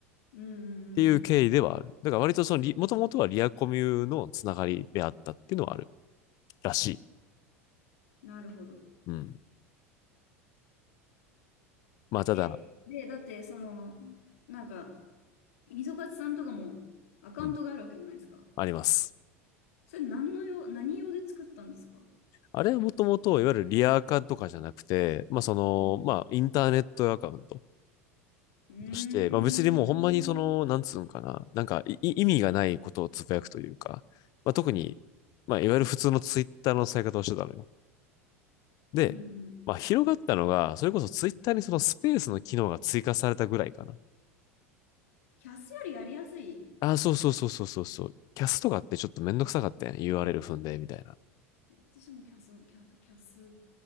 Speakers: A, on the left; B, on the left.
A: うん、うん、
B: ていう経緯ではある。
A: うん。
B: だから割とそのもともとはリアコミュのつながりであったっていうのはあるらしい。
A: なるほど。
B: うん。まあ、ただ、
A: え、で、だって、その、なんか、みそかつさんとかもアカウントがあるわけじゃないですか。
B: うん、あります。
A: それ何の用、何用で作ったんですか
B: あれはもともと、いわゆるリアカとかじゃなくて、まあその、
A: うん。
B: まあインターネットアカウント
A: うーん。
B: として、まあ別にもうほんまにその、なんつうんかな、なんか意味がないことをつぶやくというか、まあ特に、まあいわゆる普通のツイッターの使い方をしてたのよ。で、
A: うんうん。
B: まあ、広がったのが、それこそツイッターにそのスペースの機能が追加されたぐらいかな。
A: キャスよりやりやすい。
B: ああ、そうそうそうそうそうそう。キャストがあってちょっとめんどくさかったやん。URL 踏んで、みたいな。
A: 私もキャス、キャス、キャス